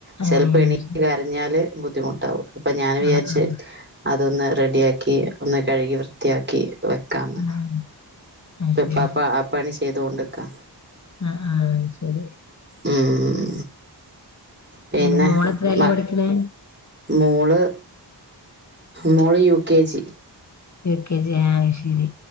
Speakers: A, on the right; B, on the left.
A: ചെലപ്പോ
B: ഏഹ്
A: എണീറ്റ് കരഞ്ഞാല് ബുദ്ധിമുട്ടാവും അപ്പൊ ഞാൻ വിചാരിച്ച്.
B: ആഹ്
A: അതൊന്ന് റെഡിയാക്കി ഒന്ന് കഴുകി വൃത്തിയാക്കി. വെക്കാന്ന്
B: ആഹ് ആഹ് അത് ശരി
A: ഇപ്പപ്പ ആഹ് പണി ചെയ്തൊണ്ട് നിക്കാ.
B: ആഹ് ആഹ് ശരി
A: ഉം പിന്നെ
B: അന്റെ മോള് എത്രലാ
A: മ
B: പഠിക്കണേ?
A: മോള് മോള് U K G
B: L K G ആഹ്ശരി